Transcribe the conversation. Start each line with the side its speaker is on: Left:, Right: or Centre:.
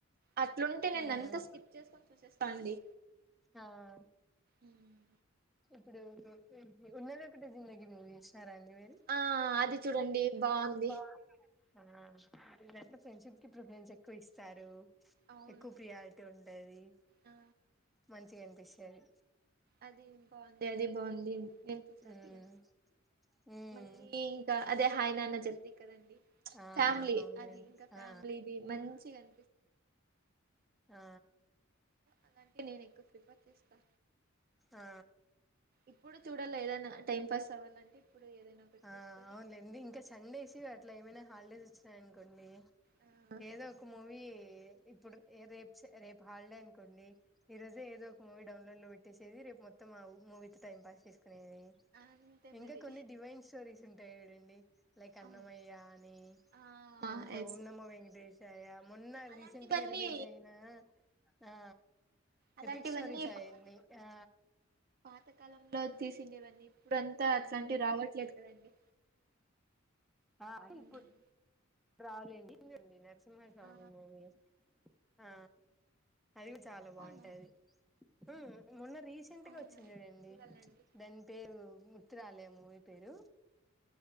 Right: అట్లుంటే
Centre: మ్మ్
Right: నేను అంతా స్కిప్ చేసుకొని చూసేస్తా అండి.
Centre: ఆ
Right: ఉమ్
Centre: ఇప్పుడూ ఉన్నది ఒకటే జిందగి మూవీ చూశినారా అండి. మూవేది
Right: ఆ అది చూడండి బాగుంది
Centre: ఆ <inaudible> దాంట్లో ఫ్రెండ్షిప్ కీ ప్రిఫరెన్స్ ఎక్కువ ఇస్త స్తారూ
Right: అవును
Centre: ఎక్కువ ప్రయారిట ఉండది.
Right: ఆ
Centre: మంచిగ అనిపిస్ స్తదీ.
Right: అది బాగుంది అది బాగుంది నేను చూసది
Centre: ఉమ్
Right: కా
Centre: ఉమ్
Right: మళ్ళీ ఇంకా అదే హాయ్ నాన్న చెప్తి కదండి,
Centre: ఆ
Right: ఫ్యామిలీ
Centre: అవునులేండి
Right: అది ఇంకా ఫ్యామిలీది
Centre: ఆ
Right: మంచిగాం
Centre: ఆ
Right: అలాగె నేన్ ఎకువ ప్రిఫర్ చేస్తా
Centre: ఆ
Right: ఇప్పుడు చూడాలి ఏదన్నా టైం పాస్ అవ్వాలంటే ఇప్పుడు ఏదైనా ఒకటి
Centre: ఆ
Right: పెట్టుకొని
Centre: అవునులేండి ఇంకా సండేస్ అట్లా ఏమైనా హాలిడేస్ వచ్చినాయనుకోండి
Right: ఆ
Centre: ఏదో ఒక మూవి ఇప్పుడు రే రేపు హాలిడే అనుకోండి, ఈ రోజే ఏదో ఒక మూవీ డౌన్లోడ్ లో పెట్టేసేది, రేపు మొత్తం మా మూవీతో టైం పాస్ చేసు మ్
Right: అంతే
Centre: ఇంకా
Right: మరి
Centre: కొన్ని డివైన్ స్టోరీస్ ఉంటాయి చుడండి లైక్ అన్నమయ్య
Right: అవును
Centre: అని,
Right: ఆ
Centre: ఇంకా
Right: ఎస్
Centre: ఓంనమ్మ వెంకటేశయ్య మొన్న
Right: అలాంటివన్నీ
Centre: రీసెంట్ గా రిలీజ్ అయినా ఆ
Right: అలాంటివన్నీ
Centre: ఎపిక్ స్టోరీస్ అయన్ని
Right: పాత
Centre: ఆ
Right: పాతకాలంలో తీసిండేవన్నీ ఇప్పుడుంతా అట్లాంటివి రావట్లేదు కదండి
Centre: అ
Right: హ్మ్
Centre: ఇప్పుడు రవలేండిండి న <unintelligible>
Right: ఆ
Centre: మూవీ ఆ ఫైవ్ చాలా బాగుంటాది
Right: అవునా
Centre: హ మొన్న రీసెంట్
Right: అవునా
Centre: గా వచ్చింది చూడండి
Right: చూడాలండి
Centre: దాని పేరు చిత్రాలేమూ ఈ పేరు